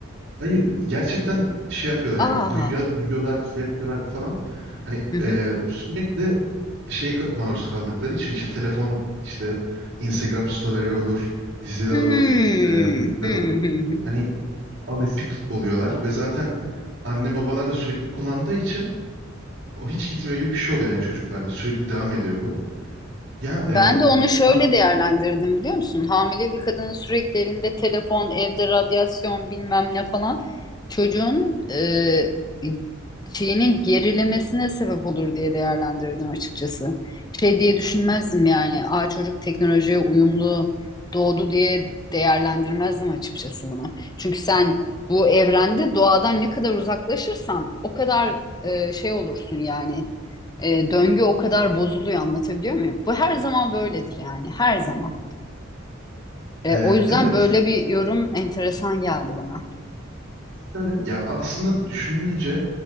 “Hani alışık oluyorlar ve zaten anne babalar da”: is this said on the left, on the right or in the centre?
Right